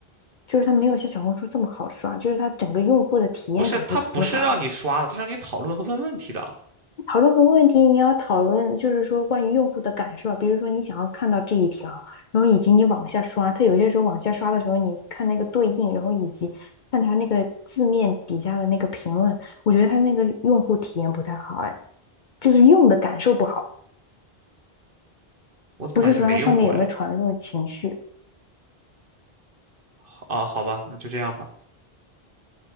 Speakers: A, on the left (about 55°); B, on the right (about 60°).
A: 就是它没有像小红书这么好刷，就是它整个用户的体验感不丝滑，
B: 不是，它不是让你刷的，它是让你讨论和问问题的。
A: 讨论多问题，你要讨论就是说关于用户的感受啊，比如说你想要看到这一条，然后以及你往下刷，它有些时候往下刷的时候，你看那个对应，然后以及看它那个字面底下的那个评论，我觉得它那个用户体验不太好，哎，就是用的感受不好，
B: 我怎么感觉你没用过呀？
A: 不是说它上面有没有传入情绪。
B: 好啊，好吧，那就这样吧。